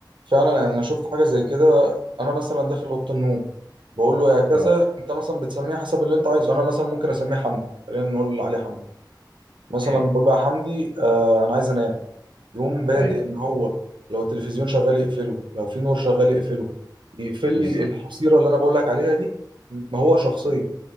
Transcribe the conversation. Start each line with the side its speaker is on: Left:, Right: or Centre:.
Right: فعلا يعني أنا شفت حاجه زي كده انا مثلا داخل اوضه النوم بقول له يا كذا
Left: اه
Right: انت مثلا بتسميه حسب اللي انت عايزه انا مثلا ممكن اسميه حمدي خلينا نقول اللي عليه حمدي مثلا
Left: امم
Right: بقول له يا حمدي آه انا عايز انام يقوم بادئ
Left: ايوه
Right: ان هو لو التلفزيون شغال يقفله لو في نور شغال يقفله يقفل لي
Left: بالظبط
Right: الحصيره اللي انا بقول لك عليها دي ما هو شخصيه
Left: مم.